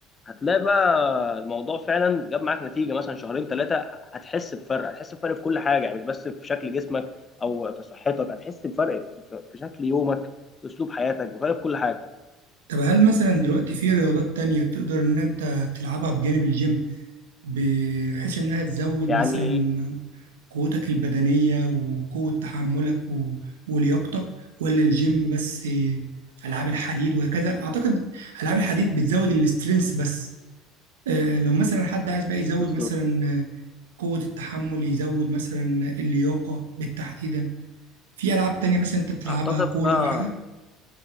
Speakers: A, on the left; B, on the right.
A: هتلاقي بقى الموضوع فعلا جاب معاك نتيجه مثلا شهرين ثلاثه هتحس بفرق هتحس بفرق في كل حاجه يعني مش بس في شكل جسمك او في صحتك هتحس بفرق في في شكل يومك في اسلوب حياتك بفرق في كل حاجه
B: طب هل مثلا دلوقتي في رياضات تانية تقدر إن أنت تلعبها بجانب الجيم بحيث إنها تزود
A: يعني
B: مثلا قوتك البدنية وقوة تحملك و... ولياقتك ولا الجيم بس ألعاب الحديد وهكذا أعتقد ألعاب الحديد بتزود الاسترينث بس آه، لو مثلا حد عايز بقى يزود
A: بالظبط
B: مثلا قوة التحمل يزود مثلا اللياقة بالتحديدا في ألعاب تانية مثلا أنت بتلعبها
A: اعتقد
B: كورة
A: بقى
B: أو حاجة